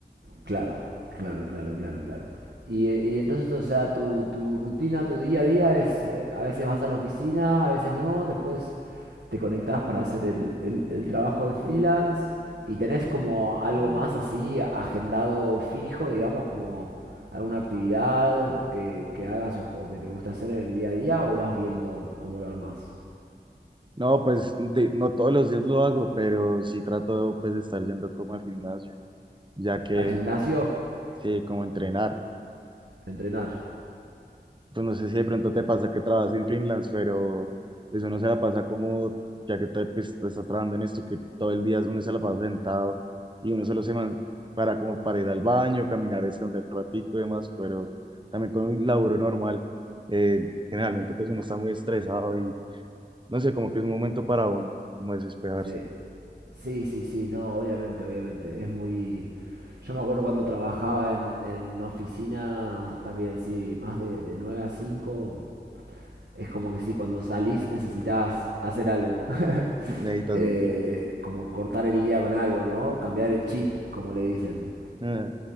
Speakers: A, on the right; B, on the right.
A: Claro, claro, claro, claro, claro. Y, eh, y entonces, o sea, tu, tu rutina, tu día a día es, eh, a veces vas a la oficina, a veces no, después te conectás para hacer el, el- el trabajo de freelance y tenés como algo más así agendado fijo, digamos, como alguna actividad que, que hagas o, o que te gusta hacer en el día a día o vas viendo cómo lo armás.
B: No, pues de- no todos los días lo hago, pero sí trato pues de estar yendo como al gimnasio, ya que
A: Al gimnasio,
B: sí, como entrenar.
A: entrenar.
B: pues no sé si de pronto te pasa que trabajas en freelance, pero eso no se la pasa como, ya que te, pues, te estás trabajando en esto, que todo el día uno se la pasa sentado y uno solo se man- para como para ir al baño, caminar, descansar un ratico y demás, pero también con un laburo normal, eh, generalmente pues uno está muy estresado y no sé, como que es un momento para uno, como desesperarse.
A: Sí. Sí, sí, sí, no, obviamente, obviamente. Es muy. Yo me acuerdo cuando trabajaba en, en oficina también, sí, más de, de 9 a 5. Es como que sí, cuando salís necesitas hacer algo. <laughs>
B: <laughs> Necesitas
A: Eh,
B: un tiempo.
A: como cortar el día con algo, ¿no? Cambiar el chip, como le dicen.
B: Ah,